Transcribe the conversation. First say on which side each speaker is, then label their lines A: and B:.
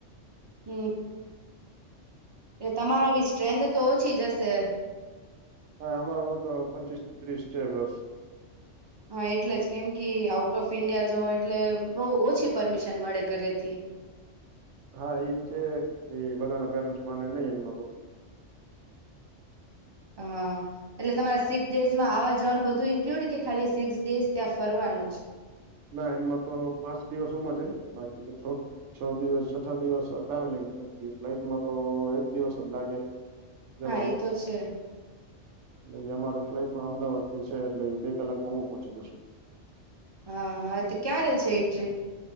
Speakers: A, on the right (about 30°); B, on the right (about 75°).
A: હમ, એ તમારામાં બી સ્ટ્રેન્થ તો ઓછી જ હશે.
B: હા અમારામાં તો પચીસ ત્રીસ છે બસ.
A: હા એટલે જ કેમ કે આઉટ ઓફ ઈન્ડિયા જવ એટલે બહુ ઓછી પરમિશન મળે ઘરેથી
B: હા એજ છે એ બધા ના પેરેન્ટસ માને નઈ એમાં તો
A: હા એટલે તમારે સિક્સ ડેઝ માં આવવા જવાનું બધું ઇન્ક્લુડ કે ખાલી સિક્સ ડેઝ ત્યાં ફરવાનું જ
B: ના એમાં તો પાંચ દિવસ ઉમર છે બાકી તો છ છ દિવસ છઠ્ઠા દિવસ ટ્રાવેલિંગ કેમ ફ્લાઇટમાં તો એક દિવસ જ લાગે જવાનો
A: હા એ તો છે
B: એટલે અમારે ફ્લાઇટ પણ અમદાવાદ થી છે એટલે એ બે કલાક માં હું પહોંચી જશું
A: હા હા તો ક્યાં ર છે એ ટ્રીપ